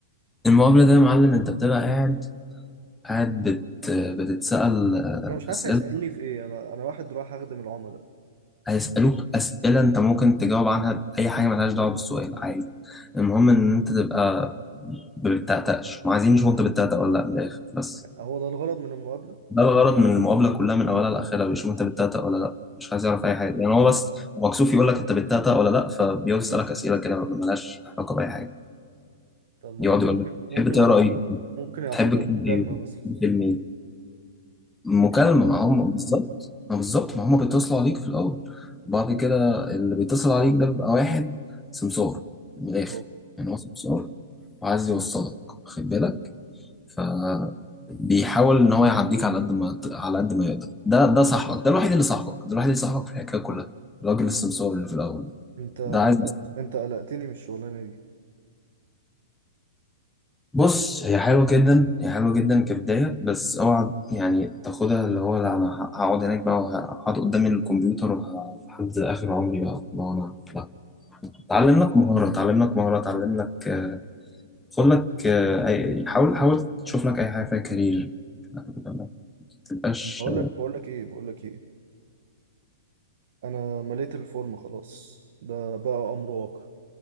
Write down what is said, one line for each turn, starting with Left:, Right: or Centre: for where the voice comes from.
Centre: المقابله ده يا معلم انت بتبقى قاعد قاعد بت بتتسأل آه،
Right: انا مش عارف
Centre: اسئله
Right: هيسالوني في ايه انا انا واحد رايح اخدم العملاء
Centre: هيسألوك اسئله انت ممكن تجاوب عنها باي حاجه ملهاش دعوه بالسؤال عادي المهم ان انت تبقى ما بتتأتأش وعايزين يشوفوا انت بتتأتأ ولا لا من الاخر بس
Right: هو ده الغرض من المقابله
Centre: ده الغرض من المقابله كلها من اولها لاخرها بيشوفوا انت بتتأتأ ولا لا مش عايز يعرف اي حاجه يعني هو
Right: يعني
Centre: بس مكسوف يقول لك انت بتتأتأ ولا لا فبيقعد يسألك اسئله كده ملهاش علاقه باي حاجه
Right: طب ما
Centre: يقعد
Right: ده ممكن
Centre: يقول لك بتحب
Right: ممكن
Centre: تقرا
Right: يعرفوه
Centre: ايه؟
Right: ممكن يعرفوه
Centre: بتحب كتاب
Right: من المكالمه
Centre: ايه؟
Right: مثلا
Centre: بتحب فيلم ايه؟ مكالمة
Right: ممكن يعرفوه
Centre: ما هم بالظبط ما بالظبط ما هم بيتصلوا عليك في الأول بعد كده اللي بيتصل عليك ده بيبقى واحد سمسار من الآخر
Right: اه
Centre: يعني هو سمسار وعايز يوصلك واخد بالك فبيحاول إن هو يعديك على قد ما على قد ما يقدر ده ده صاحبك ده الوحيد اللي صاحبك ده الوحيد اللي صاحبك في الحكاية كلها الراجل السمسار اللي في الأول ده
Right: انت انت
Centre: ده عايز
Right: انت قلقتني من الشغلانه دي
Centre: بص هي حلوة جدا هي حلوة جدا كبداية بس اوعى يعني تاخدها اللي هو لا انا هقعد هناك بقى وهقعد قدام الكمبيوتر وه- لحد اخر عمري بقى ما هو انا لا اتعلم لك مهارة اتعلم لك مهارة اتعلم لك آه، خد لك آه، أي- حاول حاول تشوف لك اي حاجة فيها كارير ما تبقاش
Right: بقول لك بقول لك ايه بقول لك ايه انا مليت الفورم خلاص ده بقى امر واقع